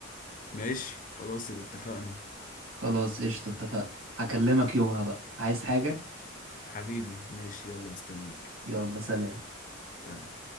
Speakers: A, on the left; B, on the right.
A: ماشي خلاص يبقى اتفقنا
B: خلاص قشطة اتفقنا هكلمك يومها بقى عايز حاجة
A: حبيبي ماشي يلا مستنيك
B: يلا سلام
A: سلام